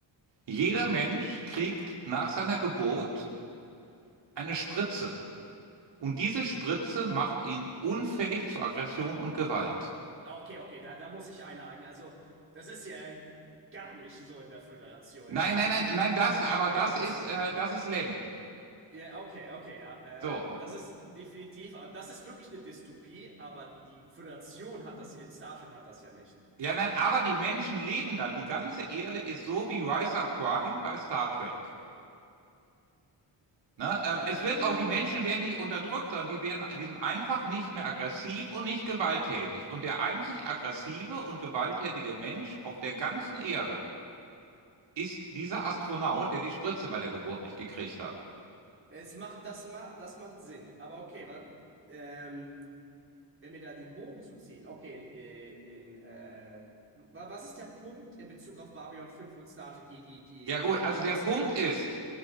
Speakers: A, on the right (about 70°); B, on the right (about 30°).
A: Jeder Mensch kriegt nach seiner Geburt eine Spritze. Und diese Spritze macht ihn unfähig zu Aggression und Gewalt.
B: Okay, okay, da, da muss ich einhaken. Also, das ist ja gar nicht so in der Föderation.
A: Nein,
B: In der Föderation
A: nein, nein, nein, das,
B: wird
A: aber
B: ja keiner
A: das
B: gezwungen,
A: ist, äh,
B: ne?
A: das ist Lem.
B: Ja, okay, okay. Ja, äh,
A: So.
B: das ist definitiv, aber das ist wirklich eine Dystopie, aber die Föderation hat das, in Star Trek hat das ja nicht.
A: Ja, nein, aber die Menschen leben dann. Die ganze Erde ist so wie Risa Prime bei Star Trek. Ne? Äh,
B: Ähm,
A: es wird auch, die Menschen werden nicht unterdrückt, sondern die werden, die sind einfach nicht mehr aggressiv und nicht gewalttätig. Und der einzig aggressive und gewalttätige Mensch auf der ganzen Erde ist dieser Astronaut, der die Spritze bei der Geburt nicht gekriegt hat.
B: es macht, das, ma das macht Sinn. Aber okay, wa- ähm, wenn wir da den Bogen zu ziehen, okay, äh, in, äh, wa- was ist der Punkt in Bezug auf Babylon fünf und Star Trek, die, die, die
A: Ja
B: äh,
A: gut,
B: politischen
A: also der
B: Systeme?
A: Punkt ist,